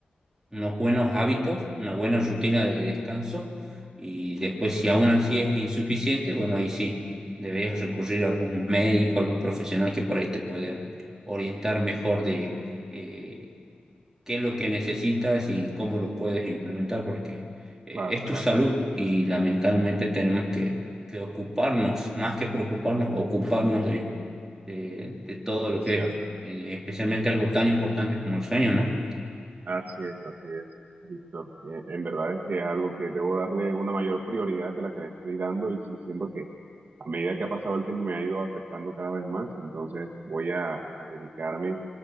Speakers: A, on the right; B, on the right.
A: unos buenos hábitos, una buena rutina de descanso y después si aún así es insuficiente, bueno, ahí sí deberías recurrir a algún médico, algún profesional que por ahí te puede orientar mejor de eh, qué es lo que necesitas y cómo lo puedes implementar, porque eh,
B: Claro,
A: es
B: claro,
A: tu salud y lamentablemente tenemos que, que ocuparnos, más que preocuparnos, ocuparnos de de, de todo
B: es
A: lo que
B: cierto.
A: es, eh, especialmente algo tan importante como el sueño, ¿no?
B: Así es, así es, Víctor. Eh, en verdad es que es algo que debo darle una mayor prioridad de la que le estoy dando y sí siento que a medida que ha pasado el tiempo me ha ido afectando cada vez más, entonces voy a, a dedicarme